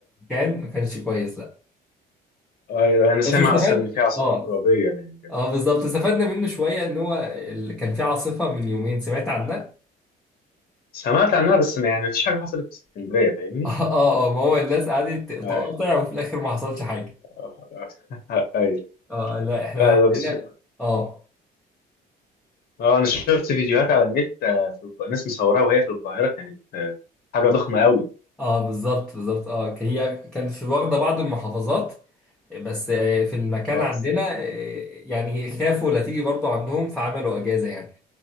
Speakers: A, in the centre; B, on the left.
A: كان ما كانش كويس لا
B: أيوة، انا سامع
A: بس استفاد
B: اصلا ان في عاصفه
A: اه
B: ترابيه يعني
A: اه بالظبط استفدنا منه شويه ان هو ال- كان في عاصفه من يومين سمعت عنها
B: سمعت عنها بس ما- يعني مفيش حاجه حصلت في اسكندريه فاهمني
A: <laughs> اه اه ما هو الناس قعدت تقاطع
B: ايوه
A: وفي الاخر ما حصلش حاجه
B: <laughs> ايوه
A: اه لا احنا
B: لا لا بس
A: عندنا اه
B: اه انا شفت فيديوهات على النت آه، في الق- ناس مصوراها وهي في القاهره كانت آه، حاجه ضخمه قوي
A: اه بالظبط بالظبط اه هي كانت في واخده بعض المحافظات بس آه، في المكان
B: اه
A: عندنا آه، يعني خافوا لا تيجي برضو عندهم فعملوا اجازه يعني